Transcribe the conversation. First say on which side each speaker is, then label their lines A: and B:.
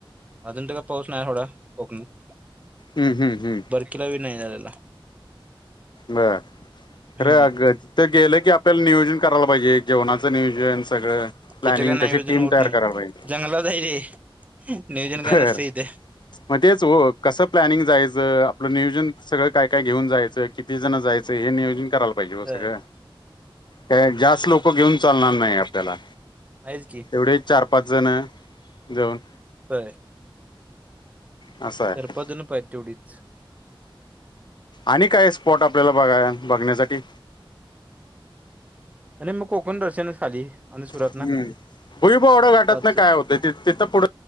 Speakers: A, on the right; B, on the left.
A: अजून त काय पाऊस नाहीये एवढं कोकणात.
B: हम्म हम्म हम्म.
A: <unintelligible> नाही झालेला.
B: बर
A: हम्म
B: खर ग अ तिथ गेलं की आपल्याला नियोजन करायला पाहिजे. जेवणाचं नियोजन सगळं प्लॅनिंग
A: तिथे काय नियोजन
B: तशी टीम
A: होत
B: तयार
A: नाही
B: करायला पाहिजे.
A: जंगलात आहे रे नियोजन काय
B: बर
A: नसते इथे
B: म तेच ओ. कसं प्लॅनिंग जायचं आपलं नियोजन सगळं काय काय घेऊन जायचं किती जण जायचं हे नियोजन कराला पाहिजे ओ सगळं
A: होय
B: काय जास्त च लोकं घेऊन चालणार नाही आपल्याला
A: आहेच की
B: तेवढे चार, पाच जण जाऊन
A: होय.
B: असं आहे
A: आर बदल ना पाईप तेवढी. <unintelligible>
B: आणि काय स्पॉट आपल्याला बघा बघण्यासाठी?
A: आणि मग कोकण दर्शन च खाली. आणि सुरात
B: हम
A: ना
B: बुई भावडा <unintelligible> घाटातन
A: पाच
B: काय होतय ति तिथं पुढ